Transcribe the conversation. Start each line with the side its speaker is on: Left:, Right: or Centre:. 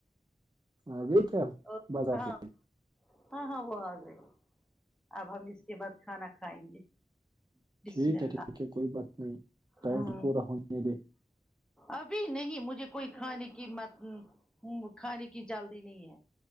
Right: ہاں گے کیا
Centre: اور
Right: بازار
Centre: ہاں
Right: سے
Centre: ہاں ہاں وہ آ گئے اب ہم اس کے بعد کھانا کھائیں گے بسم
Right: ٹھیک
Centre: اللہ
Right: ہے ٹھیک ہے کوئی بات نہیں ٹائم
Centre: ہوں
Right: تو پورا ہونے دے
Centre: ابھی نہیں مجھے کوئی کھانے کی مت ہ کھانے کی چلتی نہیں ہے